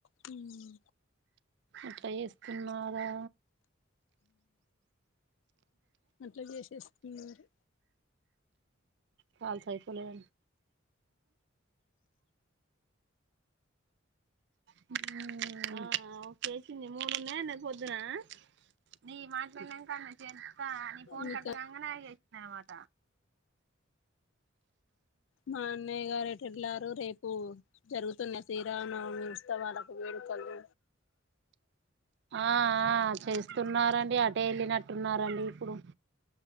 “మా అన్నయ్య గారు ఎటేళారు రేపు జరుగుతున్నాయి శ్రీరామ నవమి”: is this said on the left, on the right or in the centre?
Left